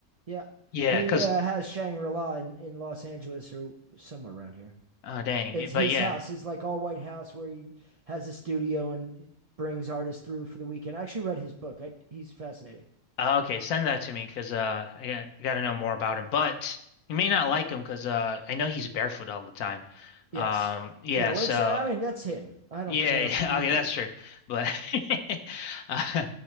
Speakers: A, on the right; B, on the left.
A: yeah
B: Yeah,
A: he
B: 'cause
A: uh, has shangri-la in, in los angeles or somewhere around here
B: uh dang.
A: It's his
B: But yeah,
A: house, his like all white house where he has a studio and brings artists through for the weekend. I actually read his book. I, he's fascinating.
B: Uh, okay, send that to me because uh, I got- I gotta know more about him. But you may not like him because uh, I know he's barefoot all the time.
A: Yes.
B: Um, yeah.
A: Yeah, well,
B: So
A: it's I mean, that's him. I don't
B: yeah,
A: care
B: <laughs> yeah.
A: what you
B: Okay,
A: do.
B: that's true. But <laughs> uh,